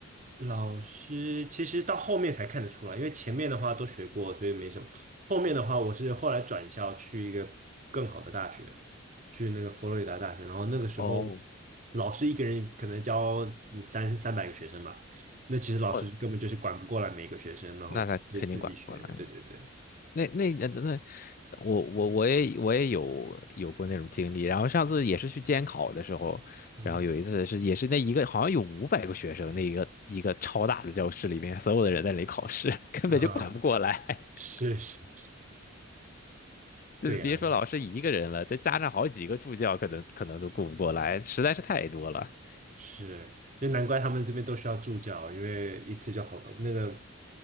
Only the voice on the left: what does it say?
哦，
哦，
那他肯定管不过来。
那那那，那我我我也我也有有过那种经历。然后上次也是去监考的时候，
然后有一次是也是那一个好像有五百个学生，那一个一个超大的教室里面，所有的人在那里考试，<laughs> 根本就管不过来。
<laughs> 就是别说老师一个人了，
再加上好几个助教，可能可能都顾不过来，实在是太多了。